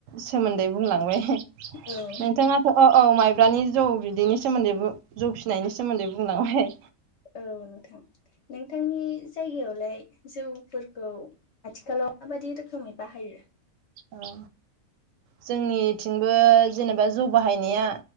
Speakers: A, on the right; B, on the left.
A: सोमोन्दै बुंलांबाय
B: हो
A: नोंथाङाथ
B: औ
A: औ माइब्रानि जौ बिदैनि सोमोन्दै जौ फिनायनि सोमोन्दै बुंलांबाय।
B: औ नोंथां नोंथांनि जायगायावलाय जौफोरखौ आथिखालाव माबायदि रोखोमै बाहायो?
A: औ जोंनिथिंबो जेनेबा जौ बाहायनाया